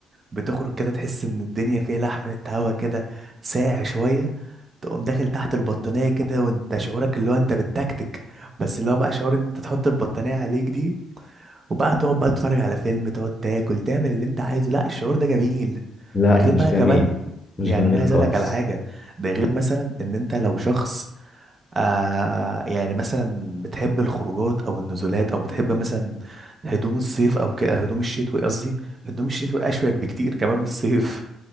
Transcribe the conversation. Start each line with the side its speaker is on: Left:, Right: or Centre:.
Right: بتخرج كده تحس ان الدنيا فيها لحمة هوا كده ساقع شوية تقوم داخل تحت البطانية كده وانت شعورك اللي هو انت بالتكتك بس اللي هو بقى شعور ان انت تحط البطانية عليك دي وبقى تقعد بقى تتفرج على فيلم تقعد تاكل تعمل اللي انت عايزه لا الشعور ده جميل
Left: لا
Right: ده غير
Left: مش
Right: بقى
Left: جميل
Right: كمان
Left: مش
Right: يعني
Left: جميل
Right: انا عايز
Left: خالص
Right: اقول لك على حاجة ده غير مثلا ان انت لو شخص آه يعني مثلا بتحب الخروجات او النزولات او بتحب مثلا هدوم الصيف او كده هدوم الشتوي قصدي هدوم الشتوي اشيك بكتير كمان من الصيف